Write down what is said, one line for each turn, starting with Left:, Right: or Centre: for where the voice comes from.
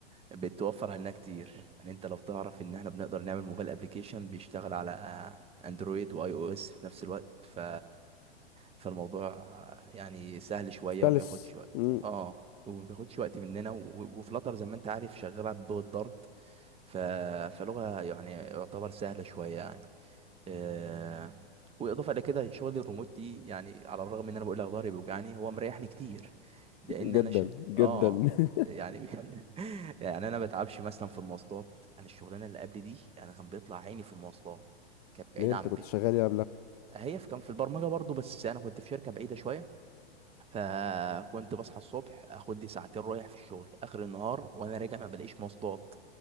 Right: بتوفر علينا كتير يعني انت لو تعرف ان احنا بنقدر نعمل موبايل ابليكيشن بيشتغل على اندرويد واي او اس في نفس الوقت ف فالموضوع يعني سهل شويه
Left: ستالس
Right: وبياخدش وقت
Left: مم،
Right: اه وبياخدش وقت مننا و- وفلاتر زي ما انت عارف شغاله بلغه دارت ف... فلغه يعني يعتبر سهله شويه يعني آه، واضافه الى كده شغل الريموت دي يعني على الرغم ان انا بقول لك ظهري بيوجعني هو مريحني كتير لان
Left: جدا
Right: انا ش... اه
Left: جدا <laughs>
Right: يعني <laughs> يعني انا ما بتعبش مثلا في المواصلات انا الشغلانه اللي قبل دي انا كان بيطلع عيني في المواصلات كانت بعيده
Left: ليه انت
Right: عن
Left: كنت
Right: بيتي
Left: شغال ايه
Right: هي في كان في البرمجه برضو بس انا كنت في شركه بعيده شويه فكنت بصحى الصبح اخد لي ساعتين رايح في الشغل اخر النهار وانا راجع ما بلاقيش مواصلات